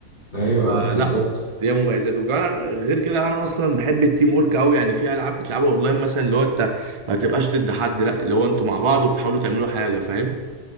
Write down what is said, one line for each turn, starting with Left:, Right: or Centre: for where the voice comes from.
Left: ايوه آه،
Right: آه
Left: بالظبط
Right: لا ليها مميزات وكمان غير كده انا اصلا بحب التيم ورك قوي يعني في العاب بتلعبها اونلاين مثلا اللي هو انت ما تبقاش ضد حد لا اللي هو انتوا مع بعض وبتحاولوا تعملوا حاجه فاهم